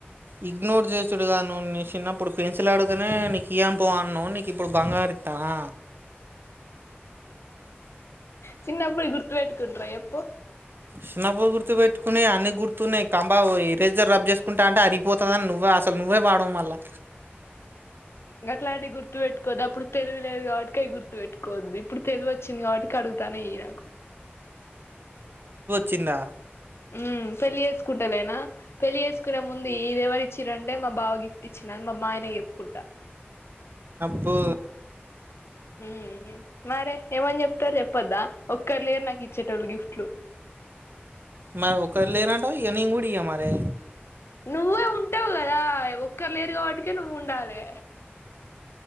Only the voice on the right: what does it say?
ఇగ్నోర్ జేసుడుగా నువ్వు నీ చిన్నప్పుడు పెన్సిల్ అడుగునే నీ కియ్యన్ పో అన్నావ్ నీకు ఇప్పుడు బంగార్ ఇత్ తవా
చిన్నబ్బువి గుర్తు పెట్టుకునే అన్నీ గుర్తున్నాయి కంబ ఓర్ ఎరేజర్ రబ్ జేస్కుంటాంటే అరిగిపోతదన్ నువ్వా ఆస్ సల్ నువ్వె వాడవ్ మళ్ళా
చిందా
పో
మా ఒక లేరాట న ఉడియ మరి